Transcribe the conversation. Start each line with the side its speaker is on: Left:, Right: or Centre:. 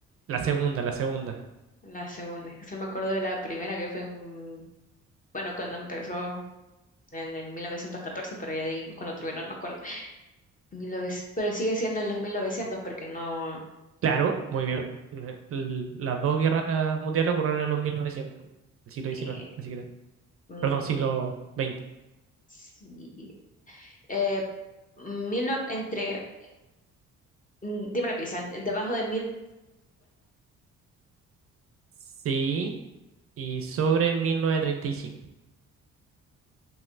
Right: La segunda, la segunda.
Left: La segunda, es que solo me acuerdo de la primera que fue en, bueno, cuando empezó en el 1914, pero ya de ahí cuando terminó no me acuerdo. Mil novecientos, pero sigue siendo en los 1900 porque no,
Right: Claro, muy bien. Eh, l- Las dos guerras eh, mundiales ocurrieron en los 1900, el siglo XIX,
Left: eh,
Right: así que,
Left: mm,
Right: perdón, siglo XX.
Left: sí, eh, mil no- entre, mm, dime la pista, en- debajo de
Right: Sí, y sobre 1935.